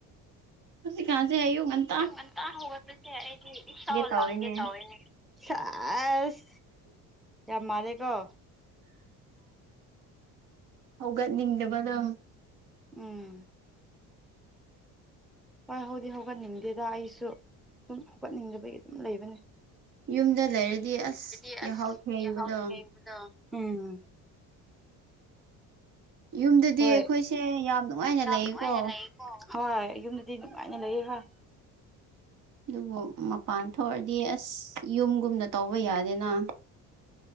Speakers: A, on the right (about 60°); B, in the centre.
A: ꯍꯧꯖꯤꯛ ꯀꯥꯥꯟꯁꯦ ꯑꯌꯨꯛ ꯉꯥꯟ ꯫
B: ꯑꯌꯨꯛ ꯉꯟꯇꯥ ꯍꯧꯒꯠꯄꯁꯦ ꯑꯩꯗꯤ ꯏꯁꯥꯎ
A: ꯇꯧꯋꯤꯅꯦ
B: ꯂꯥꯡꯒꯦ ꯇꯧꯋꯦꯅꯦ꯫ ꯁꯥꯖ ꯌꯥꯝ ꯃꯥꯜꯂꯦꯀꯣ꯫
A: ꯍꯧꯒꯠꯅꯤꯡꯗꯕꯗꯣ꯫
B: ꯎꯝ꯫ ꯍꯣꯏ ꯍꯥꯎꯗꯤ ꯍꯧꯒꯠꯅꯤꯡꯗꯦꯗ ꯑꯩꯁꯨ ꯑꯗꯨꯝ ꯍꯧꯒꯠꯅꯤꯡꯗꯕꯒꯤ ꯑꯗꯨꯝ ꯂꯩꯕꯅꯦ꯫
A: ꯌꯨꯝꯗ ꯂꯩꯔꯗꯤ ꯑꯁ
B: ꯑꯗꯨꯗꯤ
A: ꯌꯥꯍꯧ
B: ꯑꯁ
A: ꯊꯦꯡꯕꯗꯣ꯫
B: ꯌꯥꯍꯧ <inaudible> ꯎꯝ
A: ꯌꯨꯝꯗꯗꯤ
B: ꯍꯣꯏ
A: ꯑꯩꯈꯣꯏꯁꯦ ꯌꯥꯝ ꯅꯨꯡꯉꯥꯏꯅ
B: ꯌꯥꯝ
A: ꯂꯩꯌꯦꯀꯣ꯫
B: ꯅꯨꯡꯉꯥꯏꯅ ꯂꯩꯀꯣ ꯍꯣꯏ ꯌꯨꯝꯗꯗꯤ ꯅꯨꯡꯉꯥꯏꯅꯥ ꯂꯩꯌꯦ ꯈꯣꯏ
A: ꯑꯗꯨꯕꯨ ꯃꯄꯥꯟ ꯊꯣꯛꯑꯗꯤ ꯑꯁ ꯌꯨꯝꯒꯨꯝꯅ ꯇꯧꯕ ꯌꯥꯗꯦꯅ꯫